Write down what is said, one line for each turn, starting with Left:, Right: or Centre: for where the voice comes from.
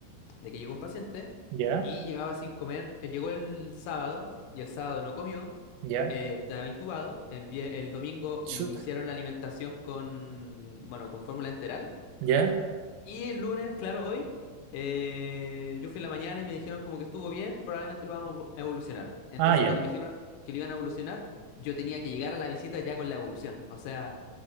Left: de que llegó un paciente
Right: Ya,
Left: y llevaba sin comer, eh, llegó el sábado y el sábado no comió,
Right: ya.
Left: eh, estaba intubado, el, vie- el domingo
Right: Chuta.
Left: le iniciaron la alimentación con, bueno, con fórmula enteral
Right: Ya.
Left: y el lunes, claro, hoy, eh, yo fui en la mañana y me dijeron como que estuvo bien, probablemente lo vamos a evolucionar. Entonces
Right: Ah, ya,
Left: cuando me dijeron que lo iban a evolucionar, yo tenía que llegar a la visita ya con la evolución, o sea...